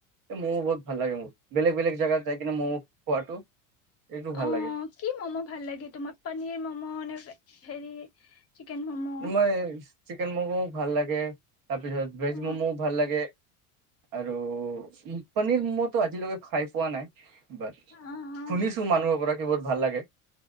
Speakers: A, on the right (about 55°); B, on the left (about 35°).
A: এই ম'ম' বহুত ভাল লাগে মোৰ বেলেগ বেলেগ জাগগাত যাই কিনে ম'ম' খোৱাটো একু ভাল
B: অ
A: লাগে
B: কি ম'ম' ভাল লাগে তোমাক পনীৰ ম'ম' নে হেৰি চিকেন ম'ম'
A: মই চিকেন ম'ম' ভাল লাগে তাৰপিছত ভেজ
B: অ
A: মমো ভাল লাগে আৰু পনীৰ মমতো আজিলৈকে খাই পোৱা নাই বাৰ
B: অ
A: শুনিছো মানুহৰ পৰা কি বহুত ভাল লাগে